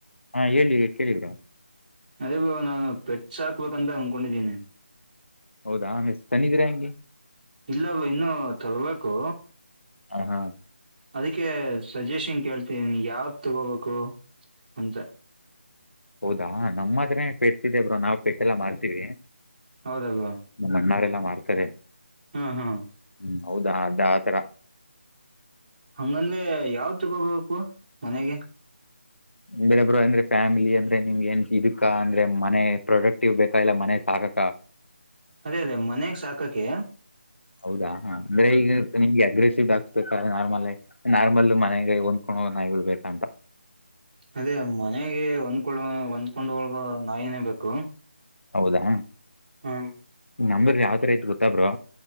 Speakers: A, on the left; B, on the right.
A: ಹಾ ಹೇಳಿ ಕೇಳಿ ಬ್ರೋ
B: ಅದೇ ಬ್ರೋ ನಾನು ಪೆಟ್ಸ್ ಹಾಕ್ಬೇಕ ಅಂತ ಅಂದಕೊಂಡಿದ್ದೀನಿ
A: ಹೌದಾ ನಿಸ್ ತಂದಿದ್ದೀರಾ ಹಂಗೆ
B: ಇಲ್ಲ ಬ್ರೋ ಇನ್ನು ತಗೋಬೇಕು
A: ಹ ಹಾ
B: ಅದಕ್ಕೆ ಸಜೆಷನ್ ಕೇಳ್ತ ಯಾವ ತಗೋಬೇಕು ಅಂತ
A: ಹೌದಾ ನಮ್ಮ ಹತ್ರೇ ಪೆಟ್ಸಿದ್ದೇ ಬ್ರೋ ನಾವ್ ಪೆಟ್ಟೆಲ್ಲಾ ಮಾರ್ತೀವಿ
B: ಹೌದದಲ್ವ
A: ನಮ್ಮ ಅಣ್ಣಾರೆಲ್ಲಾ ಮಾಡ್ತಾರೆ
B: ಹ್ಮ್ ಹ್ಮ್
A: ಹ್ಮ್ ಹೌದಾ ಅದ್ದ ಆತರ
B: ಹಂಗಂದ್ರೆ ಯಾವ್ ತಗೋಬೇಕು ಮನೆಗೆ
A: ಬೇರಬ್ರು ಅಂದ್ರೆ ಫ್ಯಾಮಿಲಿ ಅಂದ್ರೆ ನಿಮ್ಗೆ ಏನ್ ಇದಕ್ಕಾ ಅಂದ್ರೆ ಮನೆ ಪ್ರೊಡಕ್ಟಿವ್ ಬೇಕ ಇಲ್ಲ ಮನೆ ಸಾಕಕ್ಕ
B: ಅದೇ ಅದೇ ಮನ್ಯಾಗ ಸಾಕಕೆ
A: ಹೌದಾ ಹಾ ಅಂದ್ರೆ ಈಗ ನಿಮ್ಗೆ ಅಗ್ರೆಸಿವ್ ಆಕ್ಸ್ಬೇಕ ನಾರ್ಮಲ್ ನಾರ್ಮಲ್ ಮನೆಗೆ ಒಂದ್ಕೊಂಡ ಹ ನಾಯಿಗಳು ಬೇಕಂತ
B: ಅದೇ ಮನೆಗೆ ಒಂದ್ಕೊಳ್ಳ ಒಂದ್ಕೊಂಡ ಒಳಗ ನಾಯಿನೆ ಬೇಕು
A: ಹೌದಾ
B: ಹ್ಮ್
A: ನಮ್ದರ್ ಯಾವತರ ರೇಟು ಗೊತ್ತ ಬ್ರೋ